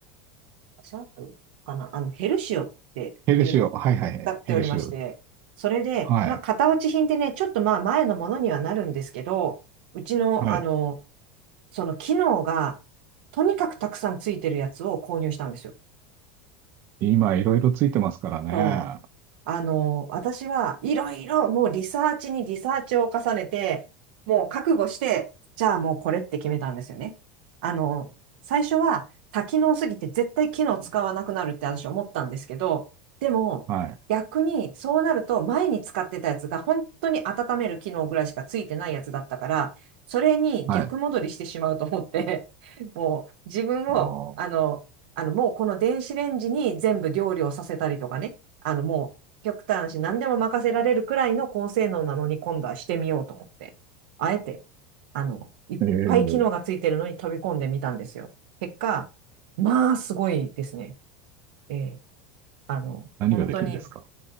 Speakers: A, on the right; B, on the right.
A: シャープかなあの、ヘルシオっていうのを使っておりまして、
B: ヘルシオ、はいはい、ヘルシオ。
A: それで、
B: はい、
A: まあ、型落ち品でね、ちょっとまあ、前のものにはなるんですけど、うちの、
B: はい。
A: あの、その機能が、とにかくたくさんついてるやつを購入したんですよ。
B: 今、いろいろついてますからね。
A: そう。あの、私はいろいろもうリサーチにリサーチを重ねて、もう覚悟して、じゃあもうこれって決めたんですよね。あの、最初は多機能すぎて絶対機能使わなくなるって私思ったんですけど、でも逆にそうなると前に使ってたやつが本当に温める機能ぐらいしかついてないやつだったから、
B: はい、
A: それに逆戻りしてしまうと思って、
B: はい。
A: <laughs> もう自分を、
B: あー
A: あの、あのもうこの電子レンジに全部料理をさせたりとかね、あの、もう極端だし、何でも任せられるくらいの高性能なのに今度はしてみようと思って、あえて、あの、いっぱい機能がついてるのに飛び込んでみたんですよ。
B: えー、
A: 結果、まあ、すごいですね。ええあの、
B: 何ができるんですか
A: 本当に、